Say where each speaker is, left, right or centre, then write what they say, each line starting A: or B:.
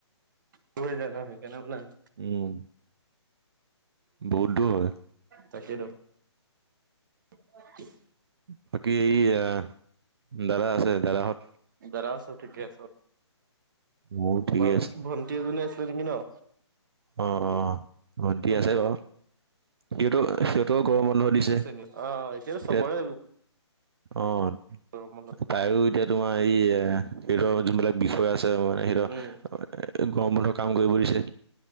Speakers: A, on the right (about 45°); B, on the right (about 60°).
A: তুহে যান সেই কানে হবলা-
B: উম। বহুত দূৰ হয়।
A: তাকেইটো। <unintelligible>
B: বাকী এই আহ দাদা আছে দাদাহঁত।
A: দাদাৰ আছ ঠিকেই আছ।
B: মোৰ ঠিকে
A: তোমাৰ
B: আছে
A: ভণ্টি এজনী আছিলে নেকি ন।
B: অঁ অঁ অঁ ভন্টি
A: কোনটো
B: আছে বাৰু সিহঁতো সিহঁতও গৰমত বন্ধ
A: কোনটো
B: দিছে
A: শ্ৰেণী অ এতিয়াতো চবৰে
B: ইয়াত অঁ'।
A: গৰম বন্ধত
B: তাইৰো এতিয়া তোমাৰ এই এ সিহঁতৰ জোনবিলাক বিষয় আছে মানে হেঁত এ
A: উম
B: গৰম বন্ধৰ কাম কৰিব দিছে।